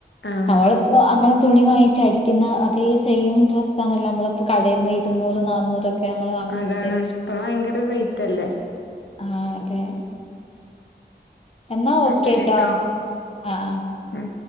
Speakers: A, on the left; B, on the left.
A: ആഹ്
B: അവള് അപ്പോ അങ്ങനെ തുണി വാങ്ങിച്ച് അടിക്കുന്ന അതേ സെയിം ഡ്രസ്സാണല്ലോ നമ്മെളിപ്പോ കടേന്ന് പോയി ഇരുന്നൂറ് നാന്നൂറെക്കെ നമ്മെള് വാങ്ങ്ന്നതേ
A: അതാണ് ഇപ്പൊ ആഹ് ഭയങ്കര റേയ്റ്റല്ലേ
B: ആഹ് അതെ എന്നാ
A: എന്ന
B: ഓക്കേട്ടോ
A: ശരിട്ടോ
B: ആഹ്.
A: ഉം